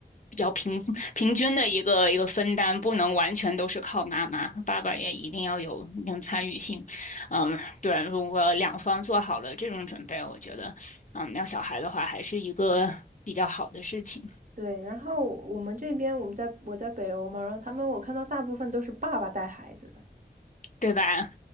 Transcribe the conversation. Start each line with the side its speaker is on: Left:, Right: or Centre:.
Left: 比较平平均的一个一个分担，不能完全都是靠妈妈，爸爸也一定要有一定参与性。嗯，对，如果两方做好了这种准备，我觉得，嗯，要小孩的话，还是一个比较好的事情，
Right: 对，然后我们这边我们在我在北欧嘛，然后他们我看到大部分都是爸爸带孩子的，
Left: 对吧？